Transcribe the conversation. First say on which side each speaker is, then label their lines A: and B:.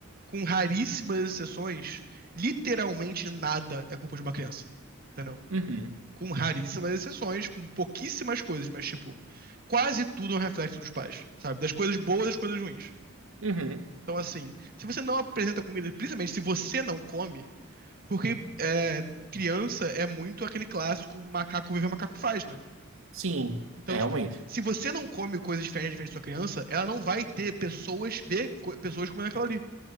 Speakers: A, on the right; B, on the right.
A: com raríssimas exceções, literalmente nada é culpa de uma criança, entendeu?
B: Uhum,
A: Com raríssimas exceções, com pouquíssimas coisas, mas, tipo, quase tudo é um reflexo dos pais, sabe? Das coisas boas, das coisas ruins.
B: uhum.
A: Então, assim, se você não apresenta comida, principalmente se você não come, porque é, criança é muito aquele clássico macaco vive, macaco faz, né?
B: Sim,
A: Então,
B: é,
A: tipo,
B: realmente.
A: se você não come coisas diferentes diferentes da sua criança, ela não vai ter pessoas ver co- pessoas comendo aquilo ali.